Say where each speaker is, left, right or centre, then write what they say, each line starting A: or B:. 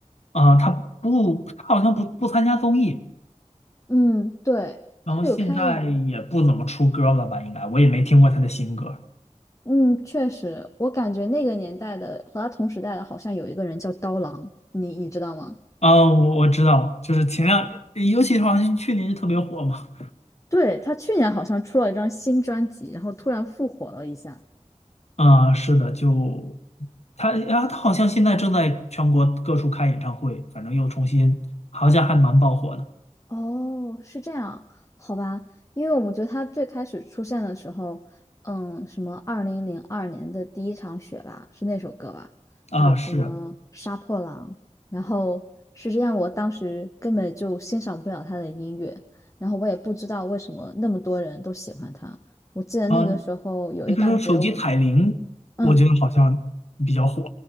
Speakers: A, on the left; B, on the left.
A: 啊、他不，他好像不不参加综艺，
B: 嗯，对，
A: 然后现在也不怎么出歌了吧？
B: 他有开演，
A: 应该我也没听过他的新歌
B: 嗯，确实，我感觉那个年代的和他同时代的，好像有一个人叫刀郎，你你知道吗？
A: 啊、我我知道，就是前两，尤其是好像去年就特别火嘛，
B: 对，他去年好像出了一张新专辑，然后突然复活了一下。
A: 啊、是的，就他啊，他好像现在正在全国各处开演唱会，反正又重新，好像还蛮爆火的
B: 哦，是这样，好吧，因为我觉得他最开始出现的时候，嗯，什么二零零二年的第一场雪吧，是那首歌吧，
A: 啊、
B: 还有什么杀破狼，
A: 是
B: 然后是这样，我当时根本就欣赏不了他的音乐，然后我也不知道为什么那么多人都喜欢他。我记得那个时候有一档节目，
A: 啊。那比如说手机彩铃，
B: 嗯，
A: 我觉得好像比较火